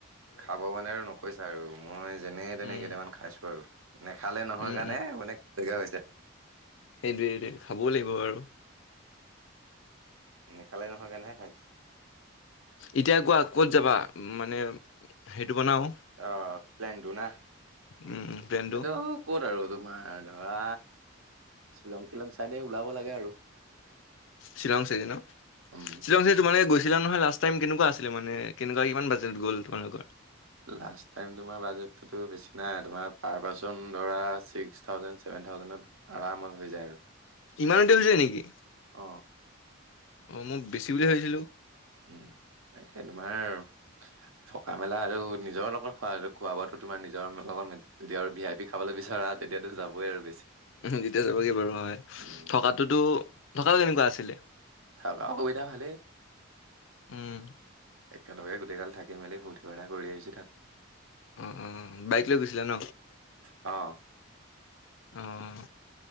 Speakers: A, on the right; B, on the left.
A: খাব মানে আৰু নকৈছা আৰু মই যেনে তেনে
B: উম
A: কেইটামান খাইছো আৰু। নেখালে নহয়
B: উম
A: কাৰণে মানেলা হৈছে।
B: সেইটোৱেইটোৱে খাবও লাগিব আৰু।
A: <unintelligible> খালে নহয় কেনেহে খাইছো।
B: এতিয়া কোৱা ক'ত যাবা মানে সেইটো বনাও।
A: অ, প্লেনটো না
B: উম উম প্লেনটো
A: এইটো ক'ত আৰু। তোমাৰ ধৰা শ্বিলং, টিলং চাইডে ওলাব লাগে আৰু।
B: শ্বিৰং, চাইে ন,
A: উম
B: শ্বিৰং চাই তোমালোকে গৈছে। আছিলা নহয় লাষ্ট টাইম কেনেকুৱা আছিল মানে কেনেুৱা কিমান বাজেট গ'ল তোমালোকৰ।
A: লাষ্টো বেছি নাই তাৰ্স থােভেন, থ আৰামত হৈ যায় আৰু।
B: ইমানতে হৈছে নেকি।
A: আহ।
B: অ মোক বেছি বুলি ভাবিছিলো
A: উম এতিয়া তোমাৰ থকা মেলা আৰু নিজৰ লগত খোৱা খোৱা বোৱাাতো তোমাৰ নিজৰ লগত যদি আৰু বি আই পি খাবলৈ বিচৰা তেতিয়াতো যাবই আৰু বেছি
B: যেতিয়া চাবগে বাৰু হয়
A: উম
B: থকাটোতো থকাটো কেনেকুৱা আছিলে
A: থকা সুবিধা ভালেই
B: উম
A: একেলগে গোটেইাল থাকি মেলি ফূৰ্তি ফাৰ্তা কৰি আহিছঁ তাত
B: অ অ বাইক লৈ গৈছিলা ন
A: অঁ
B: আহ